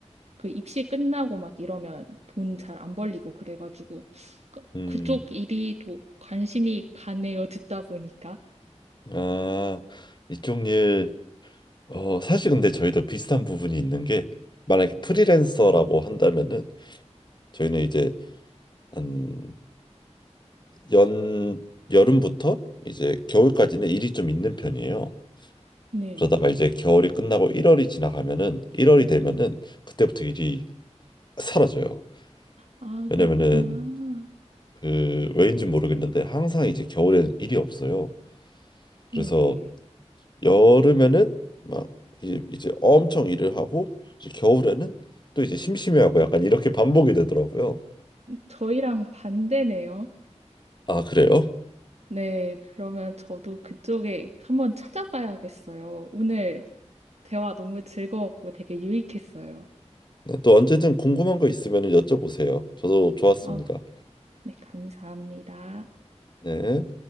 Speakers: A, on the right; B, on the left.
A: 그 입시 끝나고 막 이러면 돈 잘 안 벌리고 그래가지고 그-
B: 음.
A: 그쪽 일이 또 관심이 가네요. 듣다 보니까.
B: 아, 이쪽 일, 어, 사실 근데 저희도 비슷한 부분이 있는 게, 만약에 프리랜서라고 한다면은, 저희는 이제, 한, 연, 여름부터 이제 겨울까지는 일이 좀 있는 편이에요.
A: 네네.
B: 그러다가 이제 겨울이 끝나고 1월이 지나가면은, 1월이 되면은, 그때부터 일이 사라져요.
A: 아,
B: 왜냐면은,
A: 그렇구나.
B: 그, 왜인지 모르겠는데, 항상 이제 겨울엔 일이 없어요. 그래서
A: 네네.
B: 여름에는 막 이제, 이제 엄청 일을 하고 이제 겨울에는 또 이제 심심해하고 약간 이렇게 반복이 되더라고요.
A: 저희랑 반대네요.
B: 아, 그래요?
A: 네, 그러면 저도 그쪽에 한번 찾아봐야겠어요. 오늘 대화 너무 즐거웠고 되게 유익했어요.
B: 네, 또 언제든 궁금한 거 있으면 여쭤보세요. 저도 좋았습니다.
A: 아, 네, 감사합니다.
B: 네.